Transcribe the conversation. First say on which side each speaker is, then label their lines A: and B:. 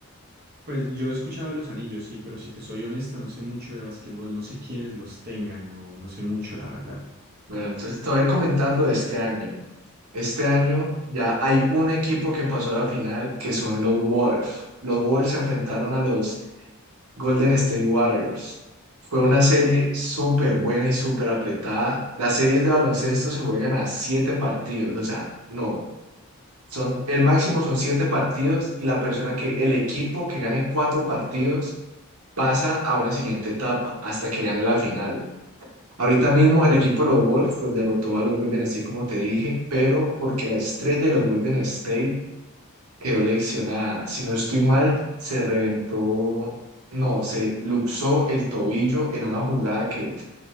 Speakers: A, on the right; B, on the right.
A: Pues yo he escuchado de los anillos, sí, pero si te soy honesto, no sé mucho de básquetbol, no sé quiénes los tengan, no, no sé mucho, la verdad.
B: Bueno, entonces te voy a ir comentando de este año. Este año ya hay un equipo que pasó a la final, que son los Wolves. Los Wolves se enfrentaron a los Golden State Warriors. Fue una serie súper buena y súper apretada. Las series de baloncesto se juegan a siete partidos, o sea, no, son, el máximo son siete partidos y la persona que, el equipo que gane cuatro partidos pasa a una siguiente etapa hasta que gane la final. Ahorita mismo el equipo de los Wolves pues, derrotó a los Golden State, como te dije, pero porque la estrella de los Golden State quedó lesionada. Si no estoy mal, se reventó, no, se luxó el tobillo en una jugada que